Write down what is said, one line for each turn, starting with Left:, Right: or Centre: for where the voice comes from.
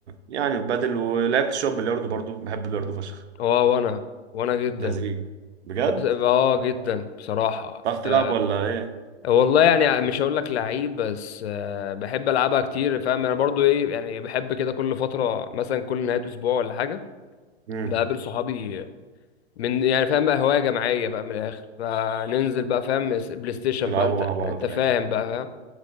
Right: يعني بدل ولعبت شوية بلياردو برضه بحب البلياردو فشخ
Left: اه وانا وانا جدا
Right: لذيذ بجد
Left: بس اه جدا بصراحه
Right: تعرف تلعب
Left: آه،
Right: ولا
Left: والله يعني مش هقول لك لعيب بس آه، بحب العبها كتير فاهم انا برضو ايه يعني بحب كده كل فتره مثلا كل نهايه اسبوع ولا حاجه
Right: ايه؟
Left: بقابل صحابي من يعني فاهم بقى هوايه جماعيه بقى من الاخر فننزل بقى فاهم س- بلاي ستيشن
Right: بيلعبوا
Left: بقى انت
Right: مع بعض
Left: انت
Right: هاي
Left: فاهم بقى فاهم